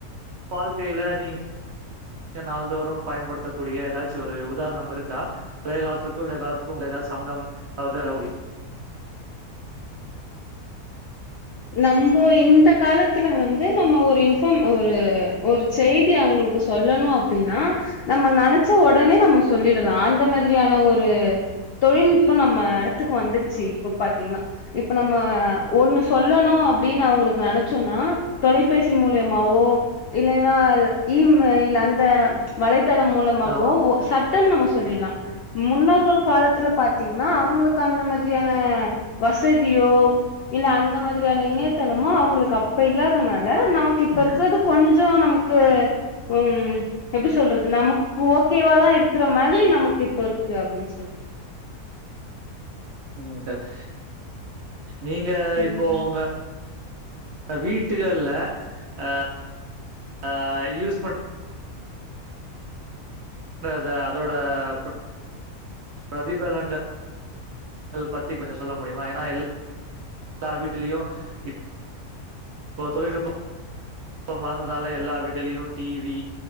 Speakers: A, on the right; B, on the left.
A: வாழ்க்கையில நீங் நாள்தோறே பயன்படுத்தக்க கூடிய ஏதாச்சும் ஒரு உதாரணம் இருக்கா பழைய காலத்துக்கும் இந்த காலத்துக்கும உங்கள எதாவுத் சம்மந்தம் அதாவது ரவுடி
B: நம்ம இந்த காலத்துல வந்து நம்ம ஒரு இன்ஃபம் ஒரு ஒரு செய்தி அவங்களுக்கு சொல்லணோ அப்டின்னா நம்ம நினைச்ச உடனே நம்ம சொல்லிடலா அந்த மாதிரியான ஒரு தொழில்நுட்பம் நம்ம எடத்துக்கு வந்துருச்சு இப்ப பாத்தீங்கன்னா இப்ப நம்ம ஒண்ணு சொல்லணோ அப்படின்னு அவங்களுக்கு நினைச்சோம்ன்னா தொலைபேசி மூலியமாவோ இல்லைன்னா இ மேய்ல் அந்த வலைத்தளம் மூலமாகவோ
A: ஆமா
B: சட் டுன் நம்ம சொல்லிட்லா முன்னோர்கள் காலத்துல பாத்தீங்கன்னா அவங்களுக்கு அந்த மாதிரியான வசதியோ இல்ல அந் அந்த மாதிரியான இணையதளமும் அவங்களுக்கு அப்ப இல்லாதனால நமக்கு இப்ப
A: ம்
B: இருக்கிறது கொஞ்சோ நமக்கு ம் எப்படி சொல்றது நமக்கு ஓகேவாதா இருக்கிற மாதிரி நமக்கு இப்ப இருக்கு அப்படின்னு சொல்
A: ம் கரெக் நீங்க
B: ம்
A: இப்போ உங்க வீட்டுக் ல அ அ யூஸ் பண் <inaudible> ல அத அதோட ப்ர் பிரதிபலங்க பத்தி கொஞ்சே சொல்ல முடியுமா ஏன்னா எ எல்லா வீட்டுலயும் இப் இப்ப தொழில்நுட்ப வளந்ததால எல்லா வீட்டுலயூ டிவி